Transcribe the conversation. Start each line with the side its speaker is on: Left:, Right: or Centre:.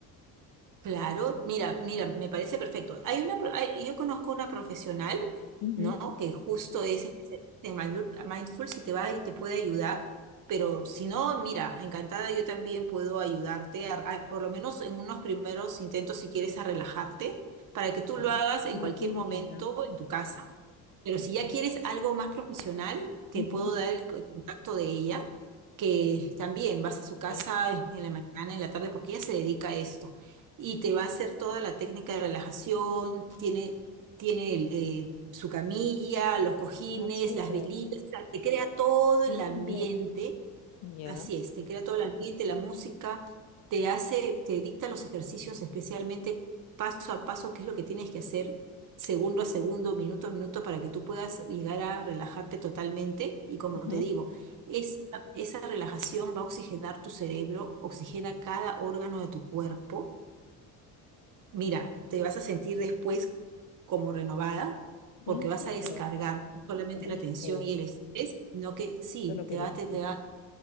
Right: Claro, mira, mira, me parece perfecto. Hay una, pro- hay- yo conozco una profesional,
Left: Ujú.
Right: ¿no? Que justo es especialista en mindu- mindful, si te va y te puede ayudar, pero si no, mira, encantada, yo también puedo ayudarte, a- a- por lo menos en unos primeros intentos, si quieres, a relajarte, para que tú
Left: Ah,
Right: lo hagas en cualquier
Left: Ay, qué linda.
Right: momento en tu casa. Pero si ya
Left: Ya.
Right: quieres algo más profesional, te
Left: Ujú.
Right: puedo dar el co- contacto de ella, que también vas a su casa
Left: Ok.
Right: en la mañana, en la tarde, porque ella se dedica a esto y te va a hacer toda la técnica de relajación, tiene, tiene el, eh, su camilla, los cojines,
Left: Ah, súper.
Right: las velitas, o sea, te crea todo el
Left: Bien
Right: ambiente,
Left: completo. Ya.
Right: así es, te crea todo el ambiente, la música, te hace, te dicta los ejercicios especialmente paso a paso, qué es lo que tienes que hacer segundo a segundo, minuto a minuto, para que tú puedas llegar a relajarte totalmente. Y como
Left: Ajá.
Right: te digo, esa, esa relajación va a oxigenar tu cerebro, oxigena cada órgano de tu cuerpo Mira, te vas a sentir después como renovada porque
Left: Ah,
Right: vas
Left: súper.
Right: a descargar no solamente
Left: Rico.
Right: la tensión y el estrés, sino que sí,
Left: Eso es lo
Right: te
Left: que necesito.
Right: va, te va a